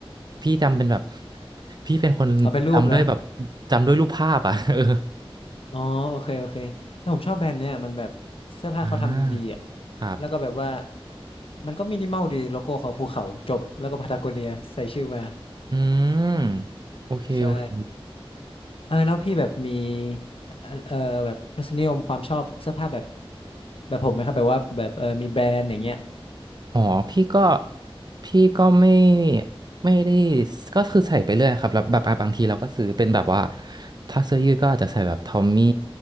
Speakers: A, on the right (about 45°); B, on the left (about 65°).
A: พี่จำเป็นแบบ <laughs> พี่เป็นคนจำด้วยแบบ
B: เอาเป็นรูปนะ
A: จำด้วยรูปภาพอ่ะ <laughs> เออ
B: อ๋อโอเคโอเคแล้วผมชอบแบรนด์เนี่ยมันแบบเสื้อผ้าเขาทำดีอ่ะ
A: อ่าครับ
B: แล้วก็แบบว่ามันก็มินิมอลดีโลโก้เขาภูเขาจบแล้วก็พาตาโกเนียใส่ชื่อมา
A: อืมโอเคโอเค
B: ใช่เออแล้วพี่แบบมีเอ่อเอ่อแบบรสนิยมความชอบเสื้อผ้าแบบแบบผมไหมครับแบบว่าแบบเออมีแบรนด์อย่างเงี้ย
A: อ๋อพี่ก็พี่ก็ไม่ไม่ได้ก็คือใส่ไปเรื่อยครับแล้วแบบอ่ะบางทีเราก็ซื้อเป็นแบบว่าถ้าเสื้อยืดก็อาจจะใส่แบบทอมมี่